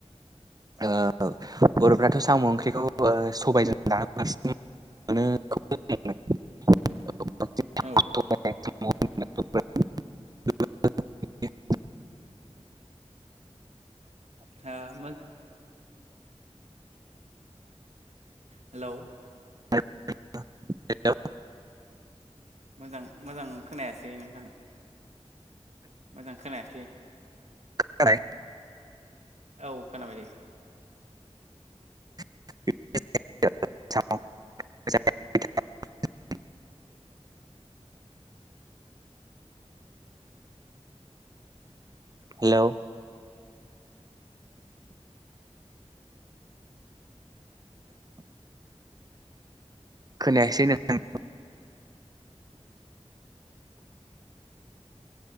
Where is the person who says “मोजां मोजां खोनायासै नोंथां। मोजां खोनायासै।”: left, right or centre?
Right